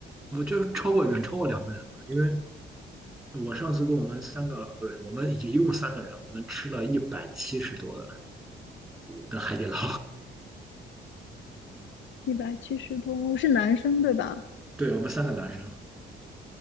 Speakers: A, in the centre; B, on the left.
A: 我就是超过远超过两倍了吧？因为我上次跟我们三个不是，我们一共三个人，我们吃了一百七十多的的海底捞，
B: 一百七十多，是男生对吧？
A: <laughs> 对我们三个男生，